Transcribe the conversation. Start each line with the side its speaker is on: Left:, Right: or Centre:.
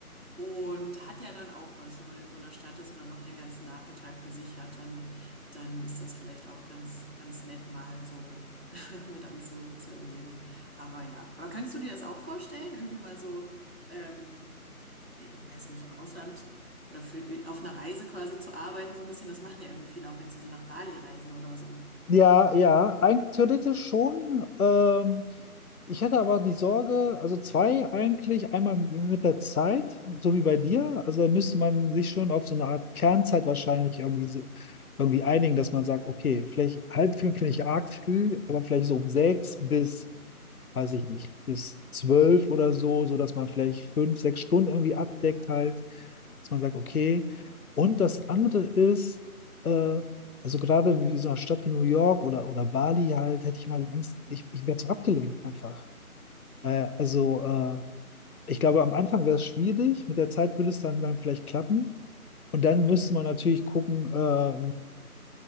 Right: Und hat ja dann auch was, wenn man in so einer Stadt ist und dann noch den ganzen Nachmittag für sich hat, dann, dann ist das vielleicht auch ganz, ganz nett mal so <laughs> mit anzu, mit zu erleben. Aber ja. Aber kannst du dir das auch vorstellen? Irgendwie mal so, ähm, ich weiß nicht, im Ausland oder für, auf einer Reise quasi zu arbeiten, so ein bisschen, das machen ja irgendwie viele, auch wenn sie so nach Bali reisen oder so.
Left: Ja, ja, eigentlich theoretisch schon. Ähm, ich hätte aber die Sorge, also zwei eigentlich, einmal mit der Zeit, so wie bei dir. Also da müsste man sich schon auf so eine Art Kernzeit wahrscheinlich irgendwie, se- irgendwie einigen, dass man sagt, okay, vielleicht halb fünf finde ich arg früh, aber vielleicht so um sechs bis, weiß ich nicht, bis zwölf oder so, so dass man vielleicht fünf, sechs Stunden irgendwie abdeckt halt, dass man sagt, okay. Und das andere ist, äh, also gerade in so einer Stadt wie New York oder, oder Bali halt, hätte ich mal Angst, ich, ich werde so abgelenkt einfach. Äh, also äh, ich glaube, am Anfang wäre es schwierig, mit der Zeit würde es dann, dann vielleicht klappen. Und dann müsste man natürlich gucken, äh,